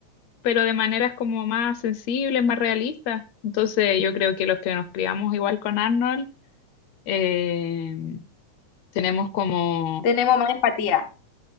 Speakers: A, on the left; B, on the left.
A: pero de maneras como más sensibles, más realistas. Entonces, yo creo que los que nos criamos igual con Arnold, eh, tenemos como
B: tenemos más empatía.